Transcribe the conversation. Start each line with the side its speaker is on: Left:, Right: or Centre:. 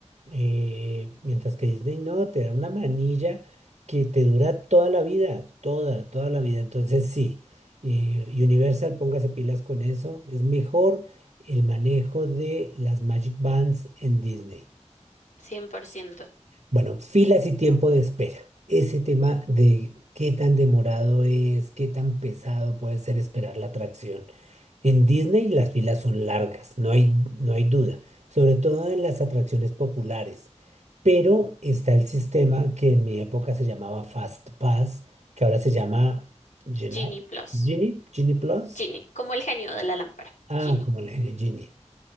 Right: eh, mientras que Disney no, te da una manilla que te dura toda la vida, toda, toda la vida. Entonces sí, eh, Universal, póngase pilas con eso, es mejor el manejo de las Magic Bands en Disney.
Left: 100%.
Right: Bueno, filas y tiempo de espera. Ese tema de qué tan demorado es, qué tan pesado puede ser esperar la atracción. En Disney las filas son largas, no hay, no hay duda, sobre todo en las atracciones populares. Pero está el sistema que en mi época se llamaba Fast Pass, que ahora se llama Genie,
Left: Genie Plus.
Right: Genie, Genie Plus.
Left: Genie, como el genio de la lámpara.
Right: Ah,
Left: Genie.
Right: como le dije, Genie.